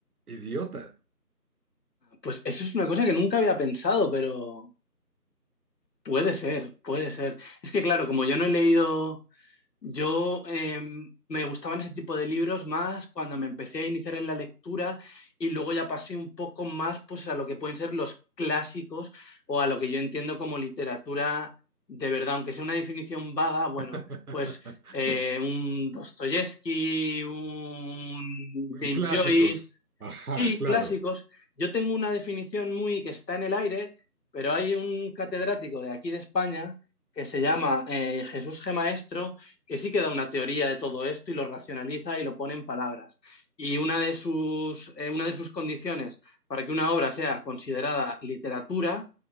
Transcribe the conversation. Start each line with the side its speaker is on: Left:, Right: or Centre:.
Right: idiota.
Left: Pues eso es una cosa que nunca había pensado, pero puede ser, puede ser. Es que claro, como yo no he leído Yo eh, me gustaban ese tipo de libros más cuando me empecé a iniciar en la lectura y luego ya pasé un poco más pues, a lo que pueden ser los clásicos o a lo que yo entiendo como literatura de verdad, aunque sea una definición vaga, bueno,
Right: <laughs>
Left: pues eh, un Dostoyevsky, un James
Right: Clásicos.
Left: Joyce,
Right: Ajá,
Left: sí,
Right: claro.
Left: clásicos. Yo tengo una definición muy que está en el aire, pero hay un catedrático de aquí de España que se llama eh, Jesús G. Maestro que sí que da una teoría de todo esto y lo racionaliza y lo pone en palabras. Y una de sus, eh, una de sus condiciones para que una obra sea considerada literatura